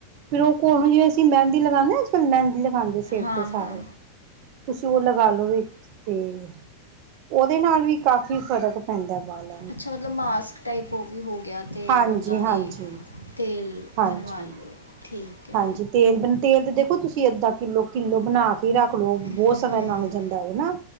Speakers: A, on the right; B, on the left.
A: ਫੇਰ ਉਹ ਘੋਲ ਨੂੰ ਜਿਵੇਂ ਅਸੀਂ ਮਹਿੰਦੀ ਲਗਾਉਦੇ ਹ ਅਜ ਕੱਲ੍ਹ, ਮਹਿੰਦੀ ਲਗਾਉਂਦੇ ਸੀ ਸਿਰ
B: ਹਾਂ
A: ਤੇ ਸਾਰੇ
B: ਹਾਂ
A: ਤੁਸੀਂ ਉਹ ਲਗਾ ਲਓਗੇ ਤੇ, ਉਹਦੇ ਨਾਲ ਵੀ ਕਾਫੀ ਫ਼ਰਕ ਪੈਂਦਾ ਬਾਲ
B: ਅੱਛਾ ਮਤਲਬ ਮਾਸਕ ਟਾਈਪ ਉਹ ਵੀ ਹੋ ਗਿਆ, ਅਤੇ
A: ਹਾਂਜੀ-ਹਾਂਜੀ,
B: ਉੱਦਾਂ ਵੀ ਤੇਲ
A: ਹਾਂਜੀ।
B: ਬਣਵਾ ਲਿਓ,
A: ਹਾਂਜੀ
B: ਠੀਕ ਹੈ।
A: ਹਾਂਜੀ ਤੇਲ ਬ ਤੇਲ ਤੇ ਦੇਖੋ, ਤੁਸੀਂ ਅੱਧਾਂ ਕਿੱਲੋ -ਕਿੱਲੋ ਬਣਾ ਕੇ ਰੱਖ ਲਓ, ਬਹੁਤ
B: ਹੂੰ
A: ਸਮੇਂ ਲੰਗ ਜਾਂਦਾ ਉਹ ਨਾ।